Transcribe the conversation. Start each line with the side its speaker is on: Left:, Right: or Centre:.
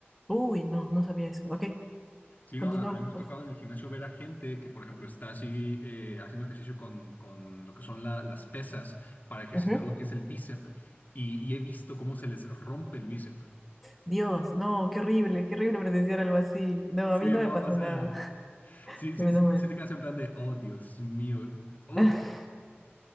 Centre: Uy, no, no sabía eso. Ok,
Left: Sí,
Centre: continúa,
Left: no, a, a mí me
Centre: por
Left: ha tocado
Centre: favor.
Left: en el gimnasio ver a gente que, por ejemplo, está así eh, haciendo ejercicio con, con lo que son la- las pesas para ejercitar
Centre: Ujú.
Left: lo que es el bíceps y, y he visto cómo se les rompe el bíceps.
Centre: Dios, no, qué horrible, qué horrible presenciar algo así. No,
Left: Sí,
Centre: a mí no
Left: no,
Centre: me pasó
Left: o sea,
Centre: nada, <laughs>
Left: sí,
Centre: menos
Left: sí, sí, te
Centre: mal.
Left: sí te quedas en plan de, oh, Dios mío, uff.
Centre: <laughs>